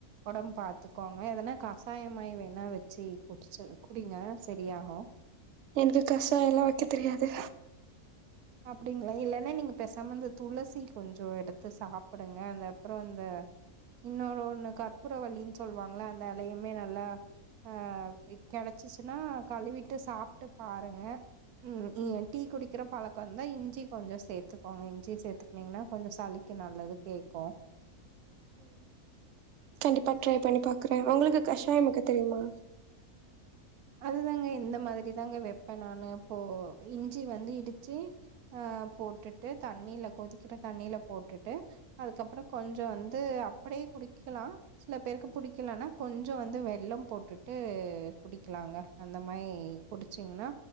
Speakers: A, on the right; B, on the right.
A: ஒடம்பு பாத்துக்கோங்க எதுனா கஷாயிமாரி வேணா வெச்சு குடிச்சு குடிங்க செரியாகு
B: எனது கஷயாயில்லா வெக்க தெரியாது
A: அப்பிடிங்களா இல்லன்னா நீங்க பேசாம இந்த துளசி கொஞ்ச எடுத்து சாப்பிடுங்க அது அப்புறோ இந்த இன்னொன் ஒண்ணு கப்பூர வல்லின் சொல்லுவாங்குள அந்த இலையுமே நல்லா ஆஹ் கெடைச்சிச்சுன்னா கழுவிட்டு சாப்பிட்டு பாருங்க உம் ம் டீ குடிக்கிற பழக்கம்ந்தா இஞ்சி கொஞ்சோ சேத்துக்கோங்க இஞ்சி சேத்துங்னீங்கின்னா கொஞ்ச சளிக்கு நல்லது கேக்கு
B: ப்பட்ரை பண்ணி பாக்குறே உங்குளுக்கு கஷாயம் வெக்க தெரியுமா
A: அதுதாங்க இந்த மாதிரிதாங்க வெப்பேன் நானு எப்போ இஞ்சி வந்து இடிச்சு அஹ் போட்டுட்டு தண்ணில கொதிக்கிற தண்ணில போட்டுட்டு அதுக்கப்பறம் கொஞ்சோ வந்து அப்டியே குடிக்கிலா சில பேருக்கு புடிக்கலனா கொஞ்ச வந்து வெள்ளம் போட்டுட்டு குடிக் கிலாங்க அந்த மாரி குடிச்சீங்கின்னா